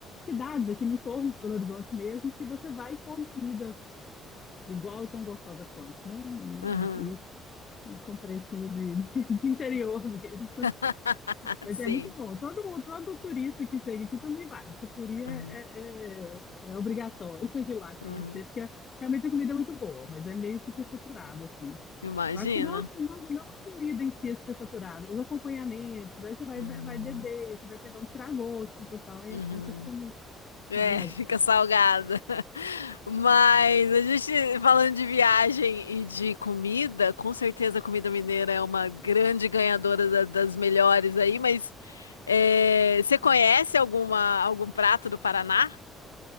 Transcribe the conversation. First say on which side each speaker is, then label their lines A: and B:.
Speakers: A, on the left; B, on the left.
A: cidades aqui no entorno de Belo Horizonte mesmo, que você vai e come comida igual e tão gostosa quanto, né?
B: Aham.
A: E, e, e com precinho de, <laughs> de interior mesmo.
B: <laughs>
A: Mas
B: Sim.
A: é muito bom. Todo mundo, todo turista que chega aqui também vai. Xapuri é,
B: Uhum.
A: é, é, é obrigatório <laughs> ir lá conhecer,
B: Uhum.
A: porque é- realmente a comida é muito boa, mas é meio superfaturada, assim.
B: Imagina.
A: Eu acho que não, a- não, não a comida em si é superfaturada, os acompanhamentos, aí você vai,
B: Uhum.
A: vai beber, você vai pegar um tiragosto total, aí
B: Uhum.
A: a conta fica meio
B: É,
A: salgadinha.
B: fica salgada. <laughs> Mas a gente falando de viagem e de comida, com certeza a comida mineira é uma grande ganhadora da- das melhores aí, mas é, você conhece alguma, algum prato do Paraná?